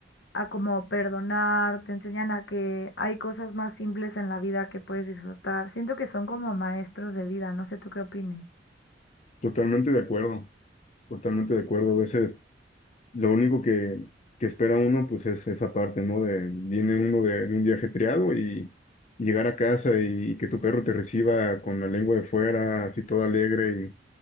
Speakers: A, on the left; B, on the left.
A: a como perdonar, te enseñan a que hay cosas más simples en la vida que puedes disfrutar. Siento que son como maestros de vida, no sé tú qué opines.
B: totalmente de acuerdo, totalmente de acuerdo. A veces lo único que, que espera uno, pues es esa parte, ¿no? De, viene uno de, de un día ajetreado y llegar a casa y, que tu perro te reciba con la lengua de fuera, así todo alegre